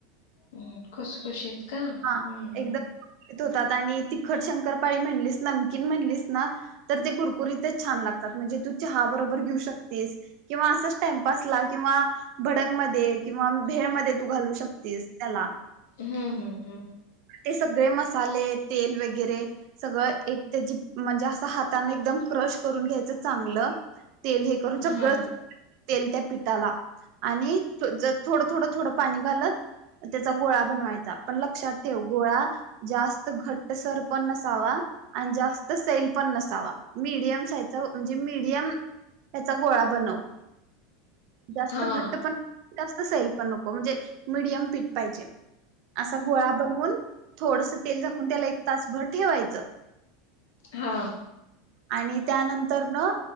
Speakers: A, on the left; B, on the right.
A: हम्म खुसखुशीत का हम्म
B: हा एकदम
A: हम
B: कुरकुरीत होतात आणि तिखट शंकरपाळी म्हणलीस, नमकीन म्हणलीस ना ते कुरकुरीत छान लागतात म्हणजे तू चहा बरोबर घेऊ शकतेस किंवा असाच टाइमपासला किंवा भडंगमध्ये किंवा भेळमध्ये तू घालू शकतेस त्याला.
A: हम्म, हम्म, हम्म
B: ते सगळे मसाले, तेल वगैरे सगळं एक त्याची म्हणजे असं हाताने एकदम क्रश करून घ्यायचं चांगलं तेल हे करून सगळचं
A: हा
B: तेल त्या पिठाला आणि जर थोडं, थोडं, थोडं पाणी घालत त्याचा गोळा बनवायचा पण लक्षात तेव गोळा जास्त घट्ट सर पण नसावा आणि जास्त सैल पण नसावा, मिडीयम साइजचा म्हणजे मिडीयम त्याचा गोळा बनवं. जास्त
A: हा
B: घट्ट पण जास्त सैल पण नको म्हणजे मिडीयम पीट पाहिजे असा गोळा बन वून थोडसा तेल झाकून त्याला एक तासभर ठेवायचा.
A: हा
B: आणि त्यानंतर न